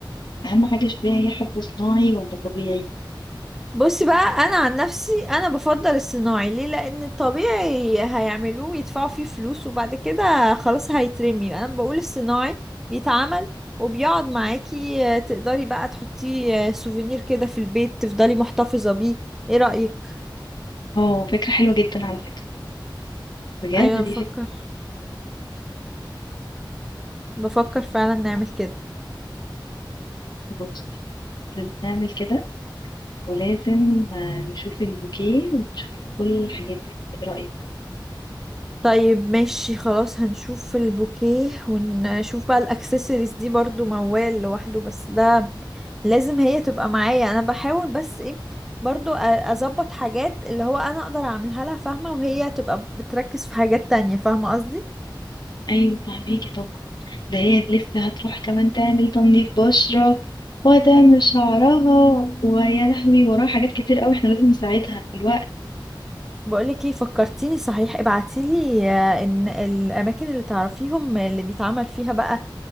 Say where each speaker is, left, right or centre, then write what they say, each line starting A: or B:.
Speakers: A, on the left (about 55°); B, in the centre.
A: أهم حاجة شوفيها هي حب صناعي ولا طبيعي
B: بصي بقى انا عن نفسي انا بفضل الصناعي ليه لان الطبيعي هيعملوه يدفعوا فيه فلوس وبعد كده خلاص هيترمي انا بقول الصناعي بيتعمل وبيقعد معاكي آه، تقدري بقى تحطيه آه، سوفينير كده في البيت تفضلي محتفظة بيه ايه رأيك
A: اه فكرة حلوة جدا على فكرة بجد
B: ايوه
A: دي
B: بفكر بفكر فعلا نعمل كده
A: فكرة لازم نعمل كده ولازم آه، نشوف البوكيه ونشوف كل الحاجات دي ايه رأيك
B: طيب ماشي خلاص هنشوف البوكيه ونشوف بقى الاكسسوارز دي برضو موال لوحده بس ده لازم هي تبقى معايا انا بحاول بس ايه برضو أ- اظبط حاجات اللي هو انا اقدر اعملها لها فاهمة وهي تبقى بتركز في حاجات تانية فاهمة قصدي
A: ايوه فهميكي طبعا ده هي لسه هتروح كمان تعمل تنظيف بشرة وهتعمل شعرها ويا لهوي وراها حاجات كتير قوي احنا لازم نساعدها في الوقت
B: بقولك ايه فكرتيني صحيح ابعتيلي آه، ان الاماكن اللي تعرفيهم اللي بيتعمل فيها بقى